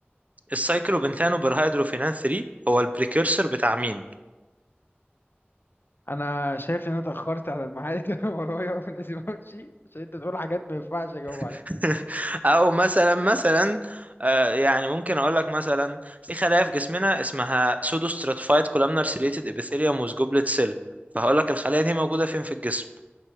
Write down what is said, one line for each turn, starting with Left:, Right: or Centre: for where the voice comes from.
Right: السايكلوبنتانو برهيدروفينان 3 هو البريكيرسر بتاع مين
Left: انا شايف ان انا اتاخرت على الميعاد <laughs> كان ورايا لازم امشي عشان انت تقول حاجات ما ينفعش اجاوب عليها
Right: <laughs> او مثلا مثلا آه، يعني ممكن اقول لك مثلا في خلايا في جسمنا اسمها سودو ستراتيفايد كولامنار سيريتد ابيثيليوم ووز جوبلت سيل فهقول لك الخلايا دي موجوده فين في الجسم